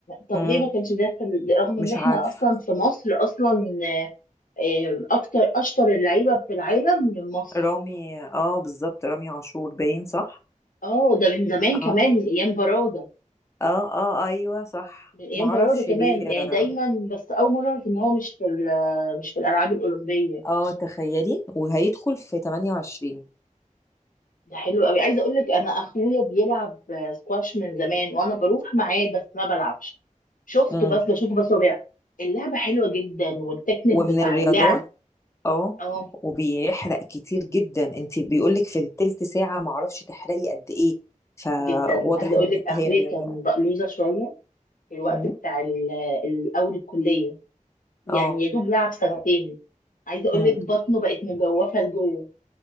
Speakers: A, on the left; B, on the left.
A: طب
B: امم
A: ليه ما كانش ده في ال- رغم
B: مش
A: ان احنا
B: عارف
A: اصلا في مصر اصلا آه آه، اكتر اشطر اللعيبة في العالم من مصر
B: رامي اه بالظبط رامي عاشور باين صح
A: اه ده من زمان كمان
B: اه
A: من ايام برادة
B: اه اه ايوه صح
A: من ايام
B: معرفش
A: برادة كمان
B: ليه
A: يعني
B: اه
A: دايما بس اول مره اعرف ان هو مش في ال- مش في الالعاب الاولمبيه
B: آه، تخيلي وهيدخل في 28
A: ده حلو قوي عايزه اقول لك انا اخويا بيلعب سكواش من زمان وانا بروح معاه بس ما بلعبش شفته
B: امم
A: بس بشوفه بس هو بيلعب اللعبه حلوه جدا والتكنيك
B: ومن
A: بتاع
B: الرياضات
A: اللعب
B: اه
A: اه
B: وبيحرق كتير جدا انت بيقولك في التلت ساعة معرفش تحرقي قد ايه فواضح
A: جدا عايزه اقول
B: ان
A: لك اخويا
B: هي رياضة
A: كان بقلوزه شويه في الوقت
B: امم
A: بتاع ال- الاول الكليه يعني
B: اه
A: يا دوب لعب سنتين عايزه اقول
B: امم
A: لك بطنه بقت مجوفه لجوه